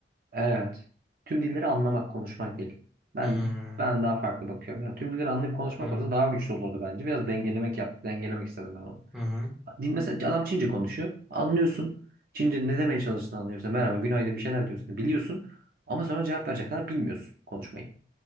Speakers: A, on the right; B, in the centre.
A: Evet. Tüm dilleri anlamak, konuşmak değil. Ben
B: Hmm,
A: ben daha farklı bakıyorum. Yani tüm dilleri anlayıp konuşmak
B: hmm,
A: olsa daha güçlü olurdu bence. Biraz dengelemek yap, dengelemek istedim ben onu.
B: hı hı.
A: Din mesela adam Çince konuşuyor. Anlıyorsun. Çince ne demeye çalıştığını anlıyorsun. Merhaba, günaydın bir şeyler diyorsun. Biliyorsun. Ama sonra cevap verecek kadar bilmiyorsun konuşmayı.